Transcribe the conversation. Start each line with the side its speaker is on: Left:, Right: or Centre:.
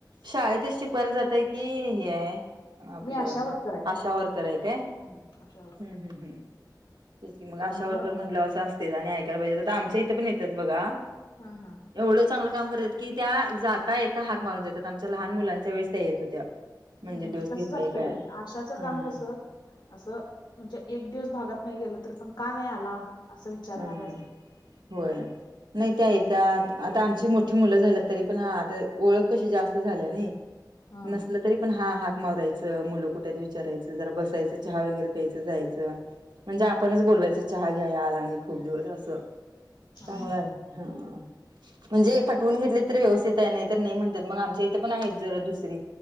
Right: शाळेतच शिकवायला जातय की हे आहे. आपलं
Left: मी आशा वर्कर
Right: आशा वर्कर हाय काय हम्म
Left: आहे आशा वर्कर आहे
Right: हम्म हम्म. ज की मग
Left: त्यामुळं
Right: अशा वर्कर म्हटलं असं असत आणि ऐकायला पाहिजे आता आमच्या इथे पण येतात बघा.
Left: हा हा.
Right: एवढं चांगलं काम करतात की त्या जाता येेतता हाक मारून जातात आमच्या लहान मुलांच्या वेळेस त्या येत होत्या. म्हणजे
Left: हम्म
Right: डोस
Left: तसच
Right: घेतलाय
Left: असतंय
Right: काय
Left: आशाचं
Right: हा
Left: काम कसं असं म्हणजे एक दिवस भागात नाही गेलं तररी पण का नाही आला असं विचारणारे
Right: हम्
Left: असतात
Right: होय. नाही त्या येतात. आता आमची मोठी मुलं झाल्यात. तरी पण हा आता ओळख कशी जास्त झाल्या नाही.
Left: हा
Right: नसल तरी. पण हा हाक मारायचं, मुलं कुठ आहेत विचारायचं, जरा बसायचं, चहा वगैरे प्यायचं जायचं. म्हणजे आपणच
Left: हम्म
Right: बोलवायच चहा घ्यायला आला नाही खूप दिवस असं.
Left: हम्म हा
Right: चांगलं
Left: हा.
Right: आहे हा म्हणजे पटवून
Left: ठीक आहे
Right: घेतले. तर व्यवस्थित आहे. नाही तर नाही म्हणतात. मग आमच्या इथे पण आहेत जरा दुसरी